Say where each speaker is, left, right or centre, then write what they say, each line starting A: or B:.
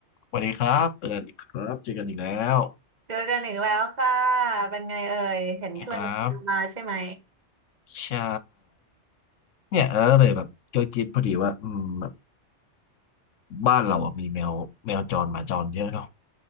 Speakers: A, on the left; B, on the right.
A: สวัสดีครับเจอกันอีกครับเจอกันอีกแล้ว
B: เจอกันอีกแล้วค่ะ เป็นไงเอ่ย เห็นช่วยกันมาใช่ไหม
A: นะครับใช่เนี่ยแล้วเลยแบบก็คิดพอดีว่าอืมแบบบ้านเราอะมีแมวแมวจรหมาจรเยอะเนาะ